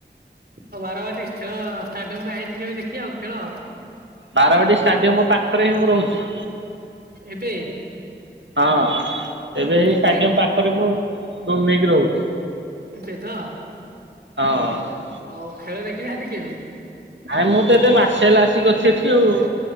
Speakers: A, on the right; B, on the right.
A: ଆଉ ବାରବାଟୀ ଖେଳ ଷ୍ଟାଡିୟମକୁ ଆଇନି କେବେ ଦେଖି ଆଉ ଖେଳ ଅ
B: ବାରବାଟୀ ଷ୍ଟାଡିୟମ ପାଖରେ ହିଁ ମୁଁ ରହୁଛି।
A: ଏବେ
B: ହଁ ଏବେ ଏଇ
A: ନାଇଁ
B: ଷ୍ଟାଡିୟମ
A: ଖେ
B: ପାଖରେ ମୁଁ ରୁମ ନେଇକି ରହୁଛି।
A: ଏବେ ତ
B: ହଁ ଅଁ
A: ହଉ ଖେଳ ଦେଖିନାହାନ୍ତି କେବେ?
B: ଭାଇଁ ମୁଁ ତ ଏଠେ ମାସେ ହେଲା ଆସିକି ଅଛି ଏଠି ଆଉ